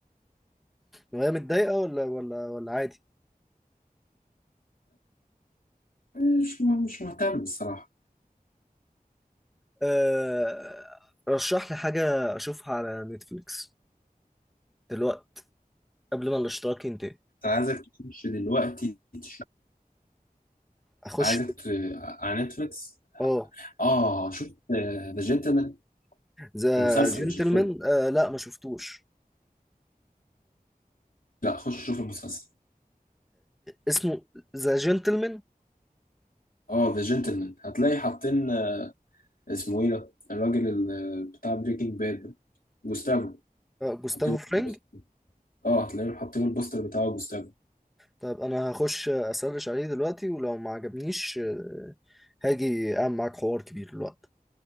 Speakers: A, in the centre; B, on the left.
A: وهي متضايقه ولا ولا ولا عادي
B: آه، مش مش مهتم الصراحه
A: أه... رشح لي حاجه اشوفها على نتفليكس دلوقتي قبل ما الاشتراك ينتهي
B: انا عايزك تخش دلوقتي تشوف
A: اخش
B: عايزك ت... على نتفليكس
A: اه
B: اه شفت ذا جنتلمان
A: ذا
B: المسلسل
A: جنتلمان
B: مش الفيلم
A: آه لا ما شفتوش
B: لا خش شوف المسلسل
A: اسمه ذا جنتلمان
B: اه ذا جنتلمان هتلاقي حاطين آه، اسمه ايه ده الراجل ال- بتاع بريكنج باد ده جوستافو
A: جوستافو
B: حاطين له
A: فرينج
B: البوستر اه هتلاقيهم حاطين البوستر بتاعه جوستافو
A: طيب انا هخش اسرش عليه دلوقتي ولو ما عجبنيش آه، هاجي اعمل معاك حوار كبير الوقت